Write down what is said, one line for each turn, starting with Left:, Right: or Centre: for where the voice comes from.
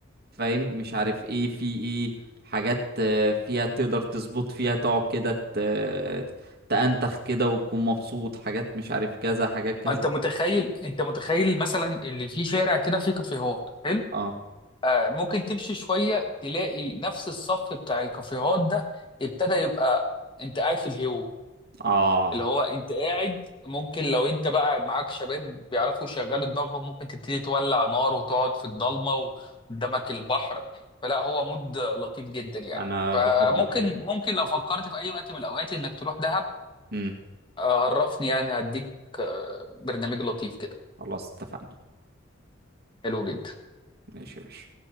Right: فاهم مش عارف ايه في ايه حاجات آه، فيها تقدر تظبط فيها تقعد كده ت- تأنتخ كده وتكون مبسوط حاجات مش عارف كذا حاجات كذا
Left: أنت متخيل أنت متخيل مثلا اللي في شارع كده فيه كافيهات حلو
Right: اه
Left: آه، ممكن تمشي شوية تلاقي نفس الصف بتاع الكافيهات ده ابتدى يبقى أنت قاعد في الهو
Right: اه
Left: اللي هو انت قاعد ممكن لو انت بقى معاك شباب بيعرفوا يشغلوا دماغهم ممكن تبتدي تولع نار وتقعد في الضلمه وقدامك البحر فلا هو مود لطيف جدا يعني
Right: انا
Left: فممكن
Right: بحب الحاجات دي.
Left: ممكن لو فكرت في اي وقت من الاوقات انك تروح دهب
Right: امم
Left: آه، عرفني يعني هديك آه، برنامج لطيف كده
Right: خلاص اتفقنا
Left: حلو جدا
Right: ماشي يا باشا